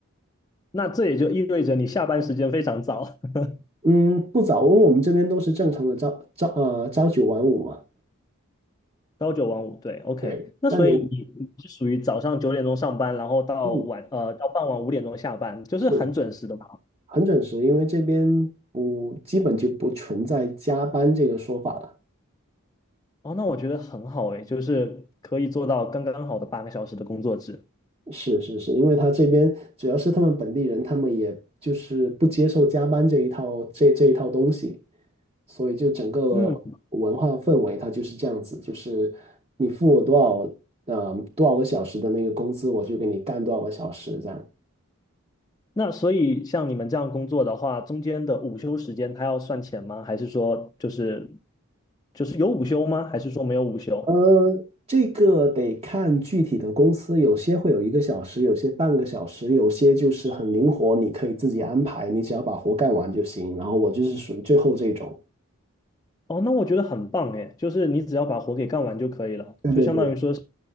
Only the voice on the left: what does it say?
那这也就意味着你下班时间非常早，<laughs>
朝九晚五。对，OK。
那所以你你是属于早上九点钟上班，
然后到晚呃到傍晚五点钟下班，
就是很准时的嘛。
哦，那我觉得很好诶，就是可以做到刚刚好的八个小时的工作制。
嗯，
那所以像你们这样工作的话，中间的午休时间他要算钱吗？还是说就是就是有午休吗？还是说没有午休？
哦，那我觉得很棒诶，就是你只要把活给干完就可以了，
就相当于说是，